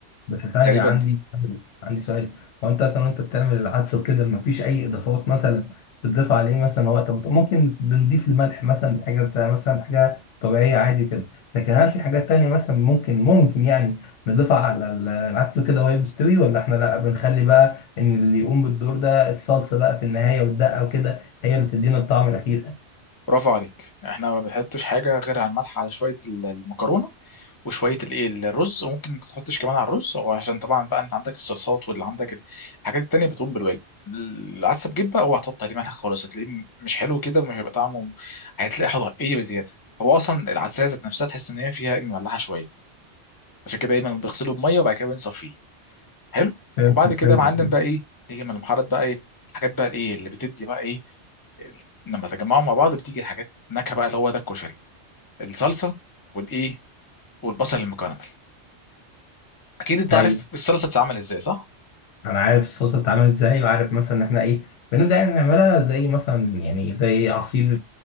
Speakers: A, on the left (about 80°); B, on the left (about 25°).
A: بس ثانية
B: تقريبا
A: عندي
B: دي
A: سؤال- عندي سؤال هو انت مثلا وانت بتعمل العدس وكده مفيش اي اضافات مثلا بتضيف عليه مثلا هو طب ممكن بنضيف الملح مثلا دي حاجة بتاع- مثلا حاجة طبيعية عادي كده لكن هل في حاجات تانية مثلا ممكن ممكن يعني نضيفها على ال- العدس وكده وهي مستوي ولا احنا لا بنخلي بقى ان اللي يقوم بالدور ده الصلصة بقى في النهاية والدقة وكده هي اللي تدينا الطعم الأخير
B: برافو عليك احنا ما بنحطش حاجه غير على الملح على شويه ال- المكرونه وشويه الايه الرز وممكن ما تحطش كمان على الرز وعشان طبعا بقى انت عندك الصلصات واللي عندك ال- الحاجات التانية بتقوم بالواجب العدسه بجيب بقى اوعى تحط عليه ملح خالص هتلاقيه م- مش حلو كده ومش هيبقى طعمه هتلاقي حضر ايه بزياده هو اصلا العدسه ذات نفسها تحس ان هي فيها إيه مملحه شويه عشان كده دايما بيغسلوا بميه وبعد كده بنصفيه حلو
A: فهمتك
B: وبعد كده
A: فهمتك
B: يا معلم بقى ايه تيجي من المحارات بقى ايه الحاجات بقى ايه اللي بتدي بقى ايه ال- لما تجمعهم مع بعض بتيجي الحاجات نكهه بقى اللي هو ده الكشري الصلصه والايه والبصل المكرمل اكيد انت
A: طيب
B: عارف الصلصه بتتعمل ازاي صح
A: انا عارف الصلصه بتتعمل ازاي وعارف مثلا ان احنا ايه بنبدا يعني نعملها زي مثلا يعني زي عصير